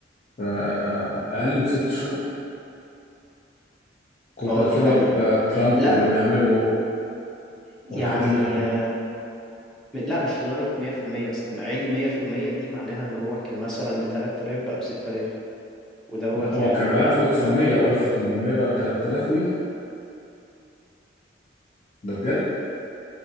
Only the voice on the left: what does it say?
ف- آه، اقل من ست شهور كل
ده بسبب
آه، ترامب
واللي بيعمله
والحاجات اللي بيعملها
لا هو
كان ب 1900
او 1800 بقى ب 3000 وي ده بجد